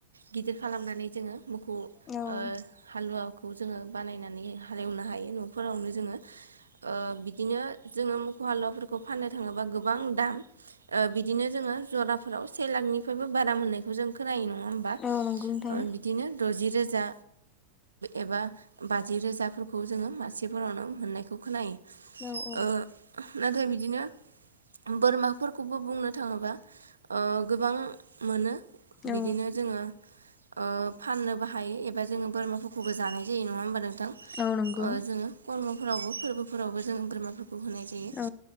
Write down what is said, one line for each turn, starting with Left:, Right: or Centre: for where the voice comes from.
Right: गिदिर खालामनानै जोंङो मोखौ
Left: औ
Right: ओ हालुवाखौ जोंङो बानायनानै हालेवनो हायो। न'फोरावनो जोंङो ओ बिदिनो जोंङो मोसौ हालुवाफोरखौ फाननो थाङोबा गोबां दाम ओ बिदिनो जोंङो जराफोराव से लाखनिफ्रायबो बारा मोननायखौ जों खोनायो नङा होमबा?
Left: औ नंगौ नोंथां
Right: बिदिनो दथि रोजा एबा बाजि रोजाफोरखौ जोंङो मासेफोरावनो मोननायखौ खोनायो।
Left: औ औ
Right: ओ नाथाय बिदिनो, बोरमा खौबो बुंनो थाङोबा, ओ गोबां मोनो।
Left: औ
Right: बिदिनो जोंङो ओ फाननोबो हायो एबा जोंङो बोरमाफोरखौबो जानाय जायो नङा होमबा नोंथां?
Left: औ नंगौ
Right: ओ जोंङो कर्मफोरावबो, फोरबोफोरावबो जों बोरमाफोरखौ खौ होनाय जायो।
Left: औ